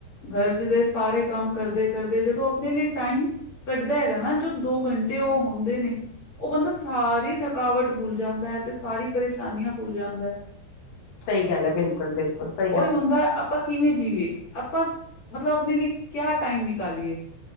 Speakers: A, on the left (about 50°); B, on the left (about 65°).
A: ਘਰ ਦੇ ਸਾਰੇ ਕੰਮ ਕਰਦੇ, ਕਰਦੇ ਜਦੋਂ ਅਪਨੇ ਲਈ ਟਾਈਮ ਕੱਡਦੈ ਹੈਗਾ ਨਾ, ਜੋ ਦੋ ਘੰਟੇ ਓ ਹੋਂਦੇ ਨੇ ਓ ਬੰਦਾ ਸਾਰੀ ਥੱਕ ਥਕਾਵਟ ਭੁੱਲ ਜਾਂਦੈ ਐ ਤੇ ਸਾਰੀ ਪਰੇਸ਼ਾਨੀਆਂ ਭੁੱਲ ਜਾਂਦਾ ਐ।
B: ਸਈ ਗੱਲ ਆ। ਬਿਲਕੁਲ, ਬਿਲਕੁਲ ਸੲਈ
A: ਉਹੀ
B: ਗੱਲ
A: ਹੁੰਦਾ
B: ਆ।
A: ਆਪਾਂ ਕਿਵੇਂ ਜੀਵੇ ਆਪਾਂ ਮਤਲਬ ਅਪਨੇ ਲਈ ਕੇਯਾ ਟਾਈਮ ਨਿਕਾਲੀਏ?